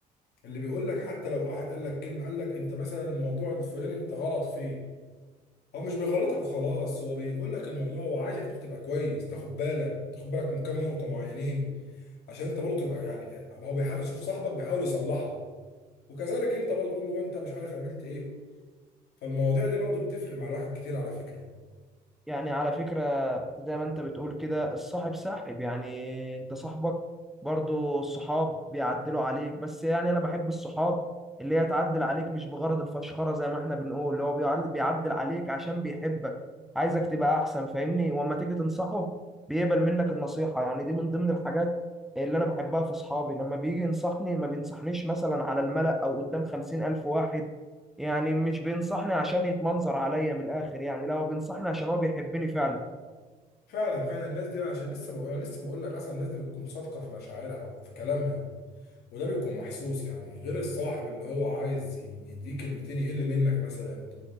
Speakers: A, on the left; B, in the centre.
A: اللي بيقول لك حتى لو واحد قال لك كلمه قال لك انت مثلا الموضوع الفلاني انت غلط فيه هو مش بيغلطك وخلاص هو بيقول لك الموضوع هو عايزك انت تبقى كويس تاخد بالك تاخد بالك من كام نقطه معينين عشان انت برضه تبقى يعني هو بيحاول يشوف صاحبك بيحاول يصلحها وكذلك انت برضه تقول له انت مش عارف عملت ايه فالمواضيع دي برضه بتفرق مع الواحد كتير على فكره
B: يعني على فكرة زي ما انت بتقول كده الصاحب ساحب يعني انت صاحبك برضو الصحاب بيعدلوا عليك بس يعني انا بحب الصحاب اللي هي تعدل عليك مش بغرض الفشخرة زي ما احنا بنقول اللي هو بيعل- بيعدل عليك عشان بيحبك عايزك تبقى احسن فاهمني واما تيجي تنصحه بيقبل منك النصيحة يعني دي من ضمن الحاجات اللي انا بحبها في صحابي لما بيجي ينصحني ما بينصحنيش مثلا على الملأ او قدام خمسين الف واحد يعني مش بينصحني عشان يتمنظر عليا من الاخر يعني لا هو بينصحني عشان هو بيحبني فعلا
A: فعلا فعلا الناس دي بقى عشان لسه بقول انا لسه بقول لك اصلا الناس دي بتكون صادقه في مشاعرها او في كلامها وده بيكون محسوس يعني غير الصاحب اللي هو عايز يديك كلمتين يقل منك مثلا